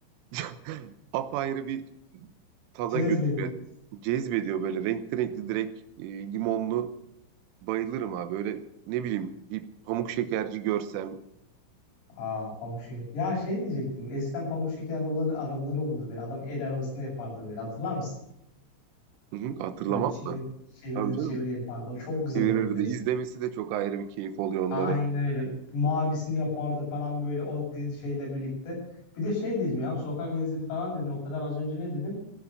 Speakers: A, on the right (about 80°); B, on the left (about 90°).
A: <laughs> apayrı bir tada
B: Cezbedici.
A: götürüyor. Cezbediyor böyle renkli renkli direkt e, limonlu bayılırım abi. Öyle ne bileyim bir pamuk şekerci görsem
B: Aa pamuk şeker. Ya şey diyecektim. Eskiden pamuk şeker arabaları arabaları olurdu böyle. Adam el arabasında yapardı böyle. Hatırlar mısın?
A: hı hı, hatırlamam
B: Böyle çevir
A: mı?
B: çevirdir
A: Tabii canım.
B: çevir yapardı. O çok güzel
A: Verirdi.
B: olurdu lezzet.
A: İzlemesi de çok ayrı bir keyif oluyor
B: Aynen
A: onları.
B: öyle. Mavisini yapardı falan böyle o gı- şeyle birlikte. Bir de şey dedim ya. Sokak lezzeti falan dedin o kadar. Az önce ne dedin?